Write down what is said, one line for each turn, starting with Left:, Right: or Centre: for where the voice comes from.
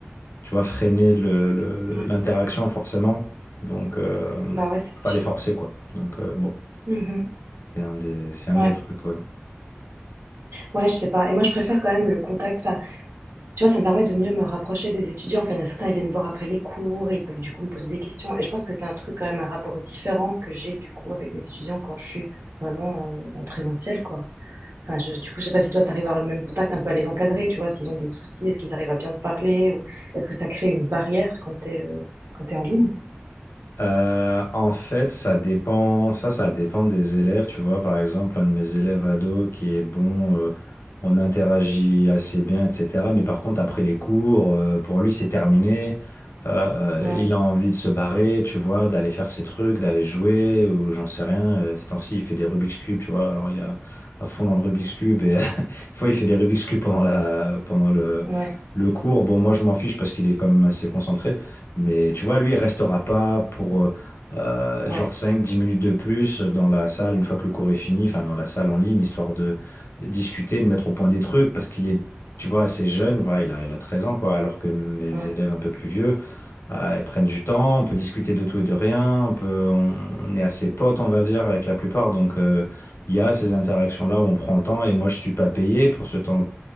Left: tu vois, freiner le, le-
Right: Ouais.
Left: l'interaction forcément. Donc, euh,
Right: Bah, ouais, c'est
Left: tu peux
Right: sûr.
Left: pas les forcer quoi. Donc euh, bon,
Right: Mmh
Left: c'est un des, c'est un
Right: Ouais.
Left: des trucs. ouais.
Right: Ouais, je sais pas et moi je préfère quand même le contact, enfin, tu vois, ça me permet de mieux me rapprocher des étudiants. Enfin, il y en a certains, ils viennent voir après les cours et ils peuvent du coup me poser des questions et je pense que c'est un truc quand même, un rapport différent que j'ai du coup avec mes étudiants quand je suis vraiment en en présentiel, quoi. Enfin, je du coup, je sais pas si toi tu arrives à avoir le même contact, un peu à les encadrer, tu vois? S'ils ont des soucis, est-ce qu'ils arrivent à bien te parler ou est-ce que ça crée une barrière quand t'es es, quand t'es en ligne?
Left: Euh, en fait, ça dépend, ça, ça dépend des élèves. Tu vois, par exemple, un de mes élèves ados qui est bon, euh, on interagit assez bien, etc. Mais par contre, après les cours, euh, pour lui, c'est terminé. Euh,
Right: Ouais,
Left: il a envie de se barrer, tu vois, d'aller faire ses trucs, d'aller jouer, ou j'en sais rien. Euh, Ces temps-ci, il fait des Rubik's Cube, tu vois. Alors, il est à à fond dans le Rubik's Cube et <laughs> des fois, il fait des Rubik's Cube pendant la, pendant le,
Right: ouais,
Left: le cours. Bon, moi, je m'en fiche parce qu'il est quand même assez concentré. Mais tu vois, lui, il restera pas pour euh, euh,
Right: ouais,
Left: genre cinq, dix minutes de plus dans la salle une fois que le cours est fini, enfin dans la salle en ligne, histoire de, de discuter, de mettre au point des trucs, parce qu'il est, tu vois, assez jeune, voilà, il a, il a 13 ans, quoi, alors que mes
Right: ouais,
Left: élèves un peu plus vieux, euh, ils prennent du temps, on peut discuter de tout et de rien, on peut, on, on est assez potes, on va dire, avec la plupart, donc euh, il y a ces interactions-là où on prend le temps, et moi, je suis pas payé pour ce temps,